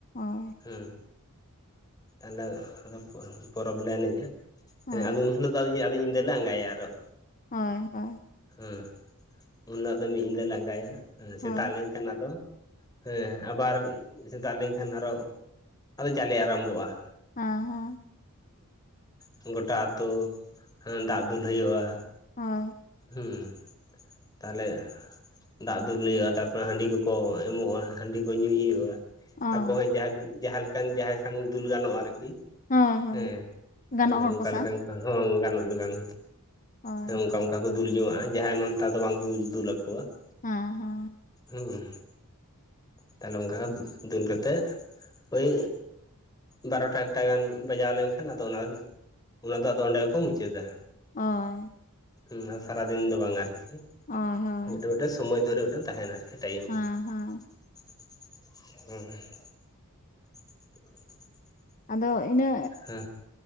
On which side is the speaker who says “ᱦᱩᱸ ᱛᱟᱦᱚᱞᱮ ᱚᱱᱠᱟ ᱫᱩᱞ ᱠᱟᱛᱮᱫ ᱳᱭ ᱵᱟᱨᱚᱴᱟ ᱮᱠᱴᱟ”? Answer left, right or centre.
Left